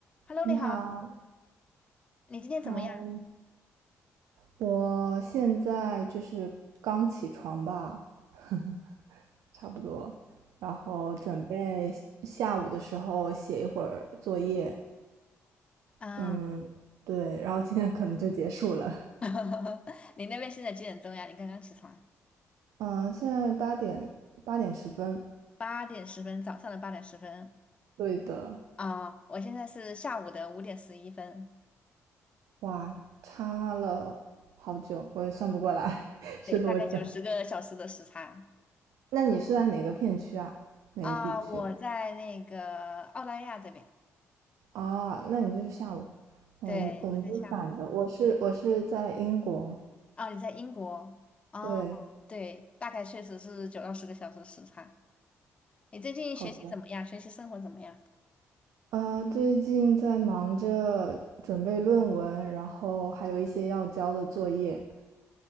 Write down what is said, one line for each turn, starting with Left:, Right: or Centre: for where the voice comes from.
Left: Hello，
Right: 你好，
Left: 你好，你今天怎么样
Right: 嗨，我现在就是刚起床吧，<laughs> 差不多，然后准备下午的时候写一会儿作业，
Left: 啊？
Right: 嗯，对，然后今天可能就结束了，
Left: <laughs> 你那边现在几点钟呀？你刚刚起床？
Right: 嗯，现在八点八点十分，
Left: 八点十分，早上的八点十分
Right: 对的，
Left: 啊，我现在是下午的五点十一分，
Right: 哇，差了好久，我也算不过来 <laughs> 是多久。
Left: 对，大概九十个小时的时差
Right: 那你是在哪个片区啊？哪个地区？
Left: 啊。我在那个澳大利亚这边，
Right: 啊，那你就是下午，我们我们就是反的。
Left: 对，我在下午
Right: 我是我是在英国，
Left: 哦，你在英国哦，
Right: 对，
Left: 对，大概确实是九到十个小时时差。你最近学习怎么样？
Right: 好的。
Left: 学习生活怎么样？
Right: 呃，最近在忙着准备论文，然后还有一些要交的作业，